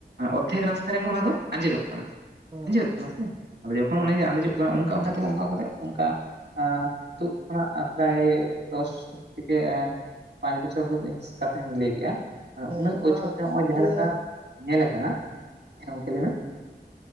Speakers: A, on the right; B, on the right.
A: ᱚᱨᱫᱷᱮᱠ ᱨᱟᱥᱛᱟ ᱨᱮ ᱜᱮ ᱚᱱᱟ ᱫᱚ ᱟᱸᱡᱮᱫᱚᱜ ᱠᱟᱱᱟ᱾
B: ᱦᱮᱸ
A: ᱟᱸᱡᱮᱫᱚᱜ ᱠᱟᱱᱟ ᱥᱮ ᱟᱫᱚ ᱡᱚᱠᱷᱚᱱ ᱚᱱᱮ ᱡᱮ ᱟᱸᱫᱮᱡᱚᱜ ᱠᱟᱱᱟ ᱚᱝᱠᱟ ᱚᱝᱠᱟ ᱛᱮᱜᱮ ᱚᱝᱠᱟ ᱚᱝᱠᱟ ᱛᱮ ᱚᱝᱠᱟᱼᱼ ᱱᱤᱛᱚᱜ ᱠᱷᱚᱱᱟᱜ ᱯᱨᱟᱭ ᱫᱚᱥ ᱛᱷᱮᱹᱠᱮᱼᱼ ᱯᱟᱸᱪ ᱵᱚᱪᱷᱚᱨ ᱵᱷᱚᱨ ᱤᱧ ᱠᱟᱛᱷᱟᱧ ᱞᱟᱹᱭ ᱠᱮᱜ-ᱟ ᱫᱚ
B: ᱦᱮᱸ
A: ᱩᱱᱟᱹᱜ
B: ᱚᱱᱟ
A: ᱵᱚᱪᱷᱚᱨ ᱛᱮ ᱦᱚᱸᱜᱼᱚᱭ ᱡᱟᱸᱦᱟ
B: ᱤᱭᱟᱹ
A: ᱞᱮᱠᱟᱼᱼ ᱧᱮᱞ ᱟᱠᱟᱱᱟ ᱦᱮᱸ ᱜᱚᱝᱠᱮ ᱞᱟᱹᱭ ᱢᱮ᱾